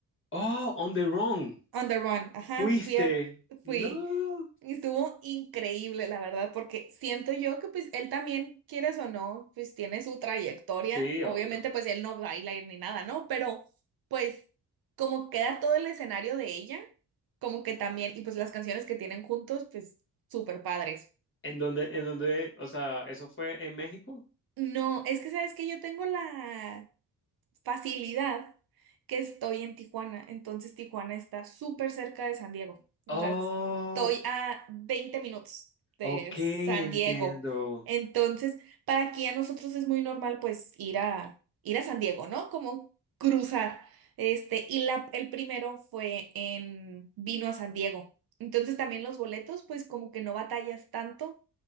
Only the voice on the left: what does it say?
Oh, On the Run.
¿Fuiste?
No.
Sí,
obvio.
¿En dónde, en dónde, o sea, eso fue en México?
Oh,
Ok,
entiendo.